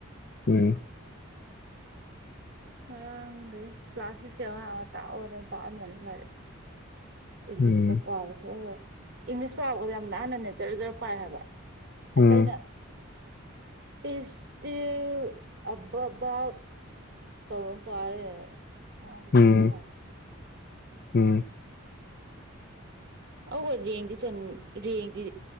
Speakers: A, on the left; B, on the right.
A: ꯎꯝ
B: ꯉꯔꯥꯡꯗꯒꯤ ꯀ꯭ꯂꯥꯁ ꯁꯤꯛꯀꯤ ꯑꯉꯥꯡ ꯑꯃ ꯇꯥꯛꯑꯣꯅ ꯇꯥꯛꯍꯟꯕꯅꯤ ꯂꯥꯏꯔꯤꯛ ꯏꯪꯂꯤꯁꯇꯣ
A: ꯎꯝ
B: ꯄꯥꯕ ꯊꯣꯛꯑꯦꯕ ꯏꯪꯂꯤꯁ ꯄꯥꯕ ꯌꯥꯝ ꯂꯥꯏꯅꯅꯦ ꯖꯥꯔꯥ ꯖꯥꯔꯥ ꯄꯥꯏ ꯍꯥꯏꯕ
A: ꯎꯝ
B: ꯑꯇꯩꯅ ꯢꯁ ꯏꯁꯇꯤꯜ <unintelligible> <unintelligible> <unintelligible> ꯇꯧꯕ ꯑꯃ ꯄꯥ ꯂꯩꯔꯦ <unintelligible>
A: ꯎꯝ ꯎꯝ
B: ꯑ ꯍꯣꯢ ꯔꯦꯡꯗꯤ ꯔꯦꯡꯗꯤ